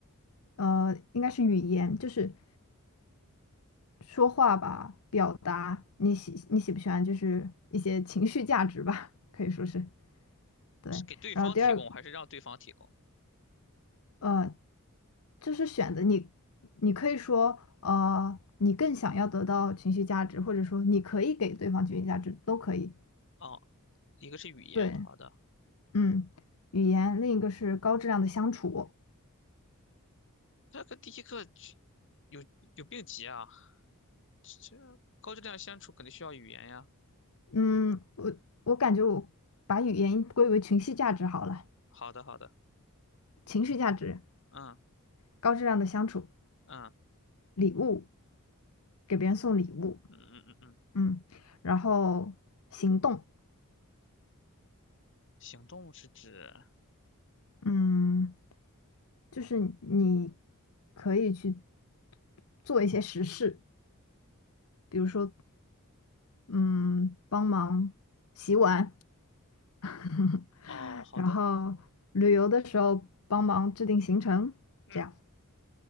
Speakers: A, on the left (about 75°); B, on the left (about 60°).
A: 呃，应该是语言，就是说话吧，表达你喜你喜不喜欢，就是一些情绪价值吧，<laughs> 可以说是对。
B: 是给对方提供还是让对方提供？
A: 然后第二，呃，就是选择你，你可以说，呃，你更想要得到情绪价值，或者说你可以给对方情绪价值，都可以。
B: 哦，一个是语言，
A: 对，
B: 好的。
A: 嗯，语言，另一个是高质量的相处。
B: 这个第一个就有有病急啊，这这高质量相处肯定需要语言呀。
A: 嗯，我我感觉我把语言归为情绪价值好了，
B: 好的好的，
A: 情绪价值，
B: 嗯
A: 高质量的相处，
B: 嗯
A: 礼物，给别人送礼物，
B: 嗯嗯嗯嗯嗯，
A: 嗯，然后行动，
B: 行动是指
A: 嗯，就是你可以去做一些实事，比如说，嗯，帮忙洗碗，<laughs>
B: 哦，好的，
A: 然后旅游的时候帮忙制定行程，
B: 嗯，
A: 这样。